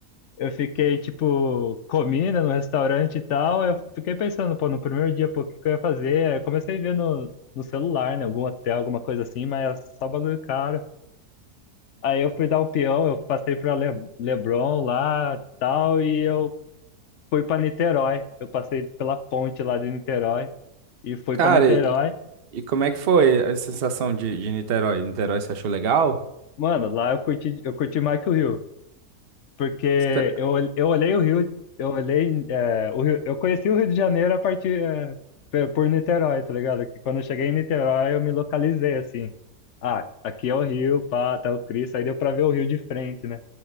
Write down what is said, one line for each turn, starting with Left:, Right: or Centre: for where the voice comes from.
Left: eu fiquei, tipo, comi, né, no restaurante e tal, eu fiquei pensando, pô, no primeiro dia, pô, o que que eu ia fazer? Aí eu comecei a ver no, no celular, né, algum hotel, alguma coisa assim, mas é só bagulho caro. Aí eu fui dar um peão, eu passei para Le Leblon lá, tal, e eu fui para Niterói. Eu passei pela ponte lá de Niterói e fui
Right: Cara,
Left: para Niterói.
Right: e, e como é que foi a sensação de, de Niterói? Niterói, você achou legal?
Left: Mano, lá eu curti, eu curti mais que o Rio, porque
Right: Cê tá-
Left: eu, ol- eu olhei o Rio, eu olhei, é, o Rio, eu conheci o Rio de Janeiro a partir, é, pe- por Niterói, tá ligado? Que quando eu cheguei em Niterói, eu me localizei assim. Ah, aqui é o Rio, pá, tá o Cristo, aí deu para ver o Rio de frente, né?